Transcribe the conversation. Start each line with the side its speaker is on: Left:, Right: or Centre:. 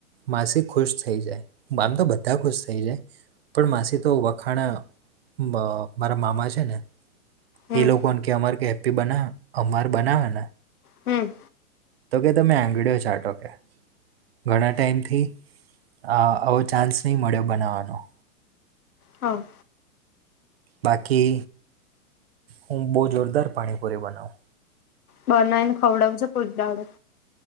Right: માસી ખુશ થઈ જાય આમ તો બધા ખુશ થઇ જાય. પણ માસી તો વખાણે બ મારા મામા છેને
Left: હમ
Right: એ લોકો કે અમારે કે હેપ્પી બનાવે અમાર બનાવેને
Left: હમ્મ.
Right: તો કે તમે એગડીયો ચાટો કે. ઘણા ટાઈમથી અ આવો ચાન્સ નહીં મળ્યો બનાવાનો.
Left: હા
Right: બાકી હું બઉ જોરદાર પાણીપુરી બનાવું.
Left: બનાયી ને ખવડાવજે કોઈક દાડે.